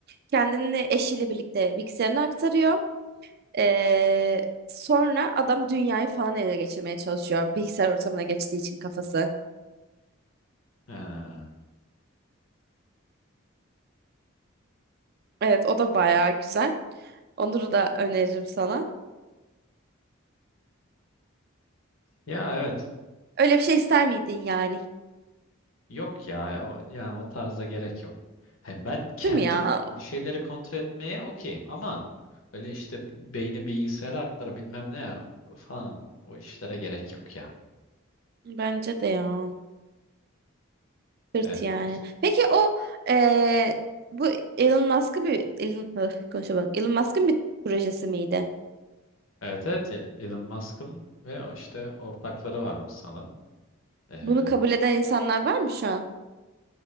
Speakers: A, on the right; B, on the left.
A: Kendini eşiyle birlikte bilgisayarına aktarıyor. Ee, sonra adam dünyayı falan ele geçirmeye çalışıyor. Bilgisayar ortamına geçtiği için kafası.
B: Ha.
A: Evet o da bayağı güzel. Onur'u da öneririm sana.
B: Ya evet.
A: Öyle bir şey ister miydin yani?
B: Yok ya. O, yani o tarza gerek yok. He, ben kendim
A: Değil mi ya?
B: bir şeyleri kontrol etmeye okeyim ama öyle işte beyni bilgisayara aktar bilmem ne falan o işlere gerek yok ya.
A: Bence de ya. Sırt
B: Evet.
A: yani.
B: peki.
A: Peki o eee, bu Elon Musk'ı bir Elon öf, konuşamadım. Elon Musk'ın bir projesi miydi?
B: Evet evet Elon Musk'ın ve o işte ortakları varmış sanırım. Ee,
A: Bunu kabul eden insanlar var mı şu an?